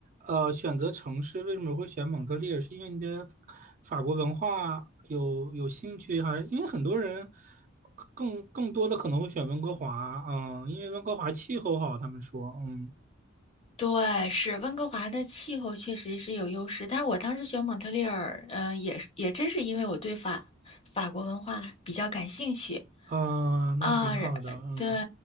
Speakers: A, on the right; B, on the left.
A: 呃，选择城市为什么会选蒙特利尔？是因为你对法国文化有有兴趣，还是因为很多人更更多的可能会选温哥华？嗯，因为温哥华气候好，他们说，嗯，
B: 对，是温哥华的气候确实是有优势，但是我当时选蒙特利尔，嗯、也是也真是因为我对法法国文化比较感兴趣，
A: 嗯，
B: 啊，
A: 那挺好的，
B: 然对，
A: 嗯，